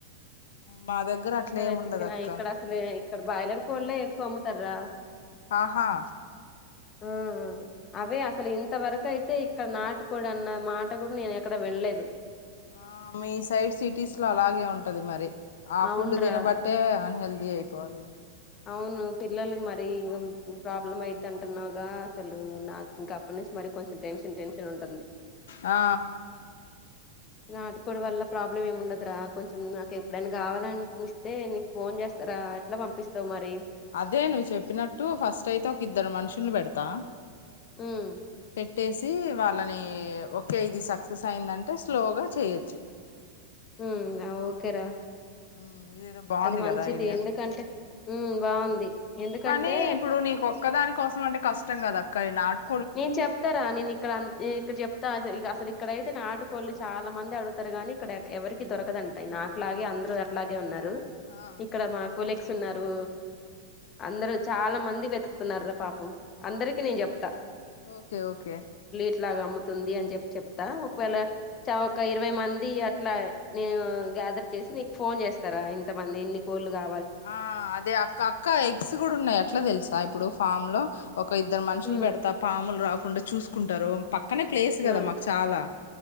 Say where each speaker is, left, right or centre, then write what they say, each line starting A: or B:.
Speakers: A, on the left; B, on the left.
A: మా దగ్గర అట్లే ఏముండదు
B: వెతికినా
A: అక్క
B: ఇక్కడ అసలు ఇక్కడ బాయిలర్ కోళ్ళ ఎక్కువ అమ్ముతారా
A: ఆహా
B: మ్మ్ అవే అసలు ఇంతవరకు అయితే ఇక్కడ నాటుకోడు అన్న మాట కూడా నేను ఎక్కడ వినలేదు
A: ఆ మీ సైడ్ సిటీస్ లో అలాగే ఉంటది మరి ఆ
B: అవునురా
A: ఫుడ్ తినబట్టే అన్‌హెల్తీ అయిపోతుంది
B: అవును పిల్లలకి మర ఇం ప్రాబ్లం అయితు అంటున్నాగా అసలు నాకు ఇంకప్పటి నుంచి మర కొంచెం టెన్షన్ టెన్షన్ ఉంటుంది
A: ఆ
B: నాటుకోడి వల్ల ప్రాబ్లమ్ ఏమి ఉండదురా కొంచెం నాకు ఎప్పుడైనా కావాలనిపిస్తే నీకు ఫోన్ చేస్తారా ఎట్లా పంపిస్త త్త మరి
A: అదే నువ్వు చెప్పినట్టు ఫస్ట్ అయితే ఒక ఇద్దరు మనుషు లు పెడతా
B: మ్మ్
A: పెట్టేసి వాళ్ళని ఒకే ఇది సక్సెస్ అయిందంటే స్లోగా చేయొచ్చు
B: మ్మ్ ఓకేరా
A: మ్మ్ ఇది ఏదో బాగుంది
B: అది మంచిది
A: కదా ఐడియా
B: ఎందుకంటే ఉమ్ బాగుంది ఎందుకంటే
A: కానీ ఇప్పుడు నీకు ఒక్కదానికోసం అంటే కష్టం కదా కానీ నాటు
B: నేను చెప్తారా నేను ఇక్కడ నేను ఇక్కడ చెప్తా అసలు ఇక్కడైతే నాటు కోళ్ళు చాలా మంది అడుగుతారు కాని ఇక్కడ ఎవరికి దొరకదు అంటా నాకులాగే అందరు అట్లాగే ఉన్నారు
A: ఆ
B: ఇక్కడ మాకు న్నారు అందరు చాలా మంది వెతుకుతున్నారు రా పాపం అందరికి నేను చెప్తా
A: ఓకే ఓకే
B: అట్లాగా అమ్ముతుంది అని చెప్పి చెప్తా ఒకవేళ చ ఒక ఇరవై మంది అట్లా నేను గ్యాదర్ చేసి నీకు ఫోన్ చేస్తారా ఇంతమంది ఇన్ని కోలు కా
A: ఆ అదే అక్క అక్క ఎగ్స్ కూడా ఉన్నాయి ఎట్లా తెలుసా ఇప్పుడు ఫామ్ లో ఒక ఇద్దరు మనుషులు
B: ఉమ్
A: పెడతా పాములు రాకు కుండ చూసుకుంటారొ పక్కనే ప్లేస్ కదా
B: ఆ
A: మాకు చాలా